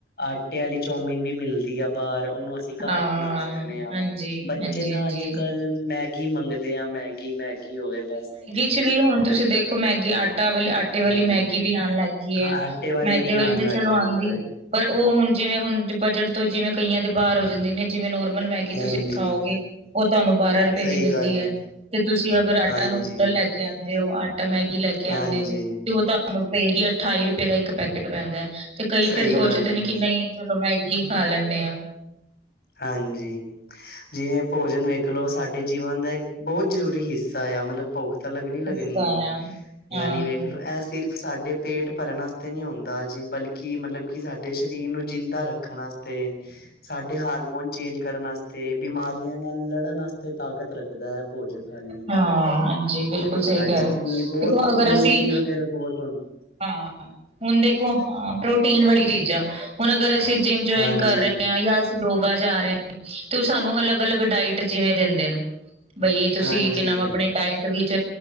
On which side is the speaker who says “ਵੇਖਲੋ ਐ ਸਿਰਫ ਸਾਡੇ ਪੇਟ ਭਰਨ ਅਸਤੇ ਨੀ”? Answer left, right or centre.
Left